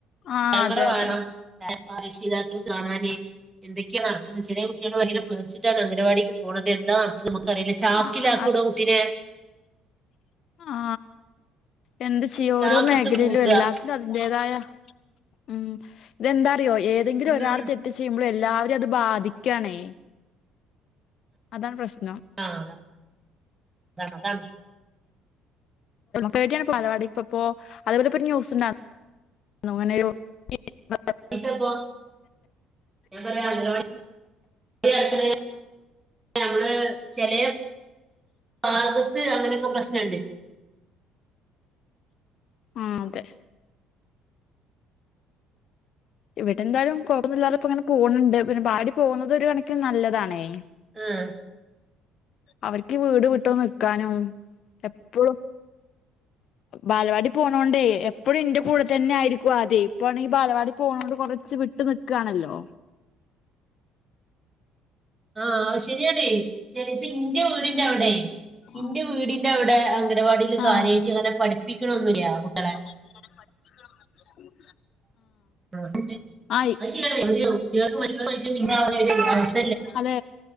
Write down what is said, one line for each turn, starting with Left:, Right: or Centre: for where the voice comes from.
Left: ആഹ്
Right: ക്യാമറ
Left: അതെ
Right: വേണം
Left: അതെ
Right: <unintelligible> കാണാന് എന്തക്കെയാണ് നടക്കുന്ന ചെലെ കുട്ടികള് ഭയങ്കര പേടിച്ചിട്ടാണ് അഗംനവാടിക്ക് പോണുന്നത് എന്താ നമുക്ക് അറിയില്ല ചാക്കില്
Left: ആഹ്
Right: ആക്കുവെടോ കുട്ടിനെ
Left: ആ എന്ത് ചെയ്യോ
Right: ചാക്കിട്ട്
Left: ഓരോ മേഖലയിലും
Right: മൂടുക
Left: എല്ലാത്തിലും അതിന്റേതായ ഉം ഇതെന്താറിയോ ഏതെങ്കിലും
Right: ഉം
Left: ഒരാൾ തെറ്റ് ചെയ്യുമ്പോള്ളല്ലാ <unintelligible> അത് ബാധിക്കാണേ അതാണ് പ്രശ്ന
Right: ആഹ കാണണ കാണ
Left: റട്ടിയാണ് പാലവാടിപ്പപ്പോൊ അതുപോലെ ഇ ന്യൂസ് ഉണ്ട? നൊങേനെരു <unintelligible>
Right: ഇതപ്പ ഞാൻ പറയാ അംഗനവാടി <unintelligible> ചെില ഭാഗത്ത് അങ്ങനെയൊക്കെ പ്രശ്നുണ്ട്
Left: ആ അതെ ഇവിടെ എന്തായാലും കൊഴന്നില്ലാതെ ഇപ്പോ അങ്ങനെ പോകണണ്ട് പിന്നെ വാടി പോകുന്നത് ഒരു കണക്കിും നല്ലതാണേ.
Right: ആഹ
Left: അവർക്ക് വീട് വിട്ടോ നിക്കാനോ എപ്പോളും, ബാലവാടി പോണോണ്ടേ എപ്പോഴും ഇന്റെ കൂടെ തന്നെ ആയിരിക്കും, അതെ ഇപ്പ ആണെങ്കിൽ ബാലവാടി പോണോട് കൊറച്ച് വിട്ട് നിക്കുവാണല്ലോ.
Right: ആഹ അത് ശരിയാണേ ചരിപ്പ ഇന്റെയ വീടിന്റെ അവിടെ,
Left: ആ
Right: ഇന്റെ വീടിന്റെ അവിടെ അംഗനവാടിൽ കാര്യമായിട്ട്
Left: ആ
Right: അങ്ങനെ പഠിപ്പിക്കണൊന്നില്ലയാ കുട്ടളെ
Left: പഠ <unintelligible>
Right: ൾ
Left: ആ
Right: <unintelligible>
Left: അതെ